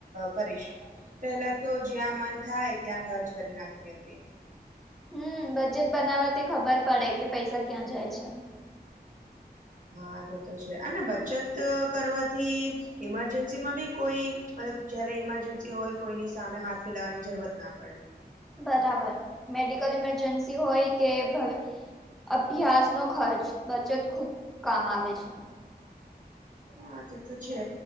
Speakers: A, on the right (about 50°); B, in the centre.
A: કરીશ. પહેલા તો જ્યાં મન થાય ત્યાં ખર્ચ કરી નાખતી હતી.
B: હમ બજેટ બનાવવાથી ખબર પડે કે પૈસા ક્યાં જાય છે.
A: હા તે તો છે અને બચત કરવાથી ઈમરજન્સી માં બી કોઈ મતલબ જયારે ઈમરજન્સી હોય કોઈની સામે હાથ ફેલાવાની જરૂરત ના પડે.
B: બરાબર મેડિકલ ઇમરજન્સી હોય કે ભ અભ્યાસ નો ખર્ચ બચત ખૂબ કામ આવે છે.
A: હા તે તો છે.